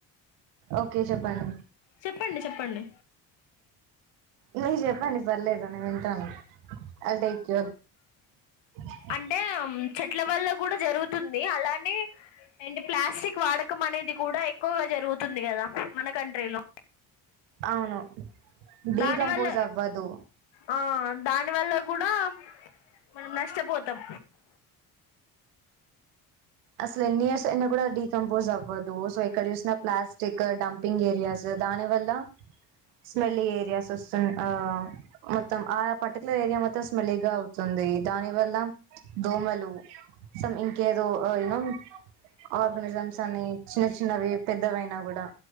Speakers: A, on the right; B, on the left.
A: ఓకే చెప్పండి
B: చెప్పండి చెప్పండి
A: ను చెప్పండి పర్లేదు నేను వింటాను అవిల్ టేక్ <unintelligible>
B: అంటే ఉమ్, చెట్ల వల్ల కూడా జరుగుతుంది. అలానే ఏంటి ప్లాస్టిక్ వాడకం అనేది కూడా ఎక్కువగా జరుగుతుంది కదా మన కంట్రీలో
A: అవును డీకంపోజ్
B: దానివల్ల
A: అవ్వదు
B: ఆ దాని వల్ల కూడా మనం నష్టపోతాం
A: అసలు ఎన్ని ఇయర్స్ అయిన కూడా డీకంపోజ్ అవ్వదు సో ఏక్కడ చూసిన ప్లాస్టిక్ డంపింగ్ ఏరియాస్ దాని వల్ల స్మెల్ ఏరియాస్ వస్తా ఆ మొత్తం ఆ పట్టు ఏరియా మొత్తం మల్లిగా అవుతుంది దాని వల్ల దోమలు సమ్ ఇంకేదో ఓయ్ నో అగు ఆనిజమ్స్ అని చిన్న చిన్నవి పెద్దవయినా కూడా